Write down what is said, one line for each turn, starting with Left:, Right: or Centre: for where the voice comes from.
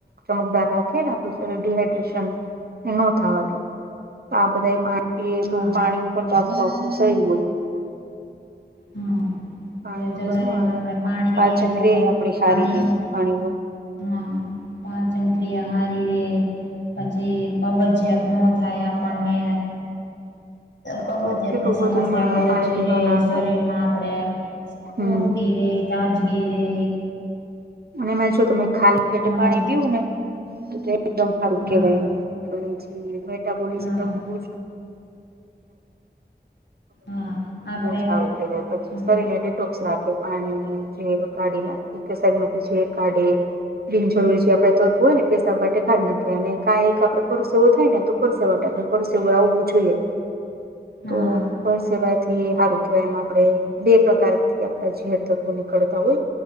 Right: ચમકદાર રાખીને આપું શરીર ડિહાઈડ્રેશન એ ન થાવા દે આ બધા પાળી પીએ
Left: હા
Right: તો પાણી ઉપર આખુ આખુ સય હોય
Left: હા
Right: પાણી
Left: એ
Right: વગર
Left: જો શરીર
Right: ન હાલે
Left: માં આપણેે પાણી પીએ
Right: પાચન
Left: તો
Right: ક્રિયા આપડી હારી
Left: પાણી
Right: રે પાણી વગર.
Left: હા પાચંક્રિયા હારી રે પછી કબજીયાત નો થાય
Right: હમ
Left: આપણને કબજયાતની
Right: તો કેટલું બધું
Left: સમસ્યા
Right: એમાં
Left: આપણે
Right: પાણી
Left: ઓછી
Right: પીવાના
Left: રે શરીરમાં આપણેે ફુરતી
Right: હમ
Left: રે તાજગીરે
Right: અને એમાં જો તમે ખાલી પેટે
Left: ઘણું
Right: પાણી
Left: બધું
Right: પીવું ને એકદમ હારું
Left: હા
Right: કેવાય એ પછી મેટાબોલીસમ
Left: હા
Right: <unintelligible> બહુ
Left: હા આપણે
Right: સારું કેહેવાય પછી
Left: હા
Right: શરીર ને ટોસ રાખે પાણી ઝેર કાઢીને કેસરમાંથી ઝેર કાઢે બિન જરૂરી છે આપણે તોતું હોય ને પેસાબ માટે ખાડ નાખ અને કાં એક આપડે પરસેવો થાય ને તો પરસેવા આપણે પરસેવ આવવું જોઈએ તો
Left: હા
Right: પરસેવાય તે હારું કેવામ આમ આપડે બે પ્રકારથી આપડા ઝીર તત્વો નીકળતા હોય